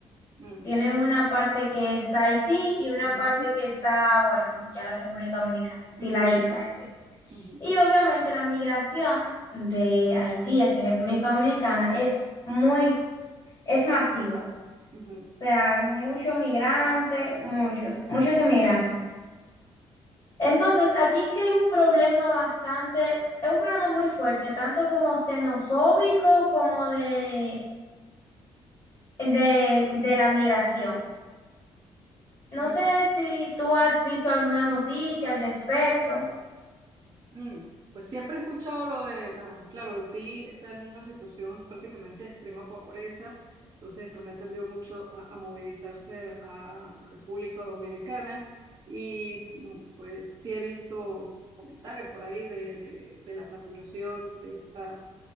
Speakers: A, on the right (about 30°); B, on the left (about 35°).
A: Mm,
B: Tiene una parte que está Haití y una
A: ujú,
B: parte que está, bueno, ya la República Dominicana, sí,
A: ujú,
B: la isla en sí.
A: ujú,
B: Y obviamente la migración de Haití hacia República Dominicana es muy, es masiva.
A: ujú,
B: O sea, hay muchos migrantes, muchos, muchos inmigrantes. Entonces, aquí sí hay un problema bastante, es un problema muy fuerte, tanto como xenofóbico como de, de, de la migración. No
A: ujú,
B: sé si tú has visto alguna noticia al respecto.
A: Mm, Pues siempre he escuchado lo de, ah, claro, Haití está en una situación prácticamente de extrema pobreza, entonces pues ha tendido mucho a, a movilizarse a República Dominicana y mm, pues sí he visto comentarios por ahí de, de, de la saturación de esta